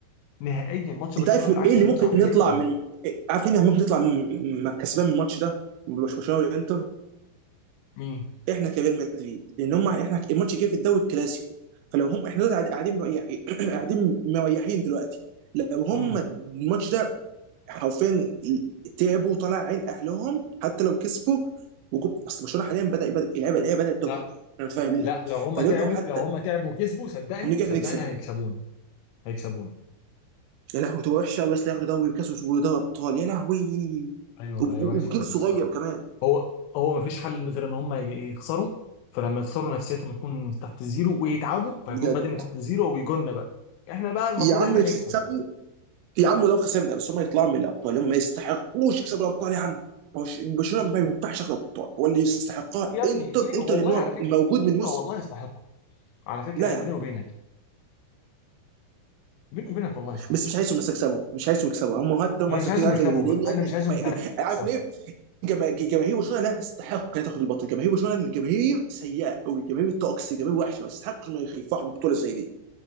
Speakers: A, on the left (about 80°); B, on the right (about 85°).
A: نهائيا ماتش برشلونه
B: انت عارف
A: بالعكس
B: ايه اللي
A: هيكون
B: ممكن
A: صعب جدا
B: يطلع من عارف مين ممكن يطلع من من- كسبان من الماتش ده مش برشلونه والانتر
A: مين؟
B: احنا كريال مدريد لان هم احنا الماتش جاي في الدوري الكلاسيكو فلو هم احنا دلوقتي قاعدين مريحين <clears throat> قاعدين مريحين دلوقتي لو هم
A: مم.
B: الماتش ده حرفيا تعبوا وطلع عين اهلهم حتى لو كسبوا وجو- اصل برشلونه حاليا بدا يبدا اللعيبه اللي هي بدات تبهر
A: لا
B: انا مش فاهم ليه
A: لا لو هم
B: فدول
A: تعبوا
B: لو حتى
A: لو هم تعبوا وكسبوا صدقني
B: هنيجي
A: صدقني
B: احنا نكسب
A: هيكسبونا
B: احنا
A: هيكسبونا
B: يا لهوي تبقى وحشه قوي اصل ياخدوا دوري وكاس ودوري ابطال يا لهوي
A: ايوه
B: وب-
A: هي وحشه
B: وبجيل
A: قوي
B: صغير
A: الصراحه
B: كمان
A: هو هو مفيش حل غير ان هم ي- يخسروا فلما يخسروا نفسيتهم هتكون تحت الزيرو ويتعبوا فيكون
B: بجد
A: بدني تحت الزيرو ويجولنا بقى احنا بقى المفروض
B: يا عم
A: احنا
B: اكسبوا
A: نكسب
B: يا عم لو خسرنا بس هم يطلعوا من الابطال هم ما يستحقوش يكسبوا الابطال يا عم برش- برشلونه ما ينفعش ياخد ابطال واللي يستحقها
A: يا ابني
B: انتر
A: ليه
B: انتر
A: والله
B: لان هو
A: على فكره
B: موجود من الموسم
A: آه والله يستحقوا على فكره
B: لا
A: يعني
B: يا
A: بيني
B: عم
A: وبينك بيني وبينك والله يستحقوا
B: بس مش عايزهم بس يكسبوا مش عايزهم يكسبوا هم حتى هم
A: انا
B: احسن
A: مش عايزهم
B: فريق
A: يكسبوا
B: مش عايزهم. لان
A: بقى
B: يا
A: انا
B: ابني
A: مش عايزهم تماما
B: جما-
A: يكسبوا
B: عارف ليه؟ جما- جماهير برشلونه لا تستحق انها تاخد البطل جماهير برشلونه الجماهير سيئه قوي جماهير توكسي جماهير وحشه ما يستحقش ما يفرحوا ببطوله زي دي